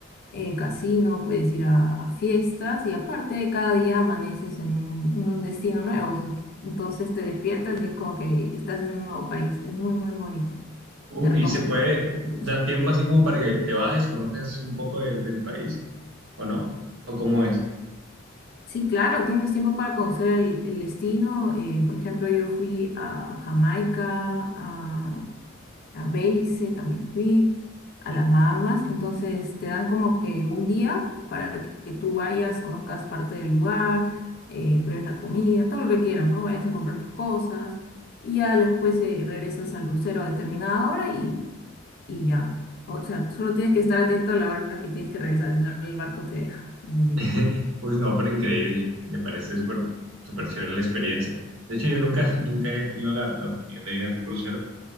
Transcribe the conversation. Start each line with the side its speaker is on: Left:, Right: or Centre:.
Left: eh, casino, puedes ir a, a fiestas y aparte cada día amaneces en un, en un destino nuevo. o sea, Entonces te despiertas y es como que estás en un nuevo país. Es muy, muy bonito.
Right: Uf,
Left: Te recomiendo.
Right: y se puede,
Left: que lo visites.
Right: dan tiempo así como para que te bajes, conozcas un poco del, del país, ¿o no? ¿O cómo es?
Left: Sí, claro, tienes tiempo para conocer el, el destino. eh, por ejemplo, yo fui a Jamaica, a, a Belice también fui, a las Bahamas. Entonces te dan como que un día para que tú vayas, conozcas parte del lugar, eh, pruebes la comida, todo lo que quieras, ¿no? Vayas a comprar tus cosas y ya después eh, regresas al crucero a determinada hora y, y ya. O sea, solo tienes que estar atento a la hora que tienes que regresar, si no el barco te deja, eso sí.
Right: <laughs> Pues no, pero increíble. Me parece súper súper chévere la experiencia. De hecho, yo nunca, <laughs> nunca he tenido la, la oportunidad de viajar a un crucero,